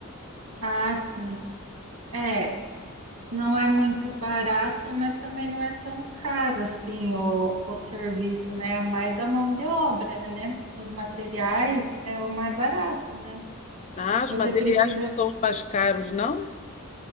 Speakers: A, on the right (about 70°); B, on the left (about 30°).
A: Ah, sim. É, não é muito barato, mas também não é tão caro assim o, o serviço, né? É Mais a mão de obra, né? Os materiais é o mais barato, né?
B: Ah, os
A: Você
B: materiais
A: precisa
B: não são os mais caros, não?